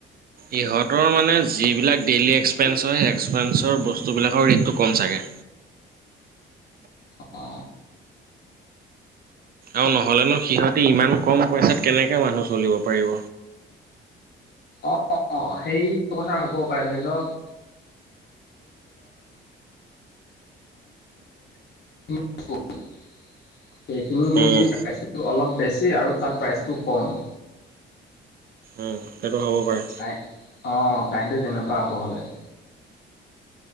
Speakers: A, on the right; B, on the left.
A: ইহঁতৰ মানে যিবিলাক ডেইলী এক্সপেঞ্চৰ সেই এক্সপেঞ্চৰ বস্তুবিলাকৰ ৰে'টটো কম চাগে।
B: অ।
A: অ নহলেনো সিহঁতে ইমান কম পইচাত কেনেকৈ মানুহ চলিব পাৰিব।
B: অ অ সেইটো কথা হ'বও পাৰে ধৰি লওক <unintelligible> সেইখিনি মেবি
A: উম
B: প্ৰাইচটো অলপ বেছি আৰু তাত প্ৰাইচটো কম।
A: উম সেইটো হ'ব পাৰে।
B: অ কাহিনীটো তেনেকুৱা হ'ব হ'লে।